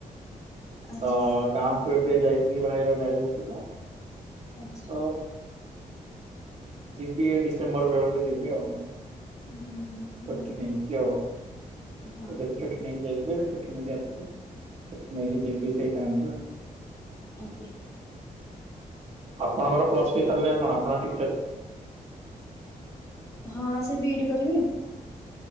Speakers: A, on the left; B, on the right.
A: ଆଚ୍ଛା
B: ତ ଗାଁ କୁ ଏବେ ଯାଇଥିଲି ଭାଇର ମ୍ୟାରେଜ୍ ଥିଲା।
A: ଆଛା।
B: ତ ଯିବି ଡିସେମ୍ବର ବେଳକୁ, ଯିବି ଆଉ
A: ହୁଁ
B: ଚୁଟି
A: ଭଲ
B: ନେଇକି ଆଉ,
A: ହଁ
B: ଏବେ ତ ଚୁଟି ନେଇକି ଯାଇଥିଲେ, ଏବେ ଚୁଟି ନେଇକି ଆସ ଛୁଟି ନେଇକି ଯିବି ସେଇ ଟାଇମ ର
A: ଆଜ୍ଞା
B: ଆପଣଙ୍କର ପ୍ଲସ୍ ସାରିଲେ କଣ ଆପଣ ଟ
A: ହଁ ସେ ବିଇଡି କରିବି।